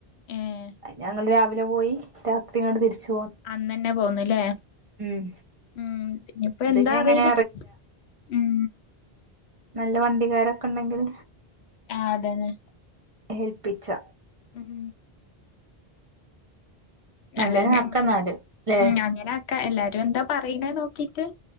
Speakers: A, on the left; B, on the right.
A: ഏഹ്
B: ഞങ്ങൾ രവ് വിലെ പോയി രാത്രി ഇങ്ങട്ട് തിരിച്ച്
A: അന്നന്നെ പോന്നല്ലേ
B: ഉം
A: ഉം ഇനിയിപ്പ
B: ഇതിനി
A: എന്താ അറിയില്ല
B: എങ്ങനെ
A: ഉം
B: നല്ല വണ്ടിക്കാരൊക്കെ ഉണ്ടെങ്കിൽ
A: ആഹ് അതന്നെ
B: ഏൽപ്പിച്ച
A: ഉം അല്ല
B: അങ്ങനെ
A: ഇനി നം
B: ആക്കന്നാല് ല്ലേ
A: ഉം അങ്ങനാക്കാ എല്ലാരും എന്താ പറയുന്നേ നോ ക്കിട്ട്